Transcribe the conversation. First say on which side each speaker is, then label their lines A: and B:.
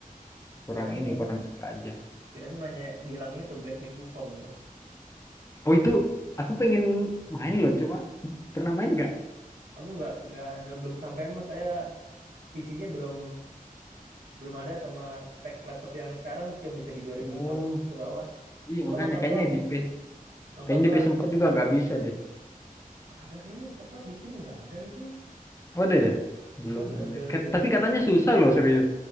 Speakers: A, on the left (about 20°); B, on the right (about 75°).
A: Kurang
B: Kirain
A: ini, kurang suka aja.
B: kirain nanya bilangnya itu Black Myth Wukong gitu.
A: Oh itu, aku pengen main loh, coba pernah main nggak?
B: Aku nggak nggak nggak- belum sampean mas. Saya PC-nya belum belum ada sama spek laptop yang sekarang cuma bisa di 2015
A: oh,
B: ke bawah.
A: Iya,
B: Aku
A: makanya
B: nonton
A: kayaknya
B: doang sih,
A: di PS,
B: nonton
A: kayaknya
B: doang.
A: di PS4 juga nggak bisa deh.
B: Ada kayaknya PS4 di Steam udah ada itu.
A: Oh, ada ya?
B: Udah
A: Belum
B: udah
A: punya.
B: udah
A: Kat-
B: dirilis.
A: Tapi katanya
B: ya.
A: susah loh, serius.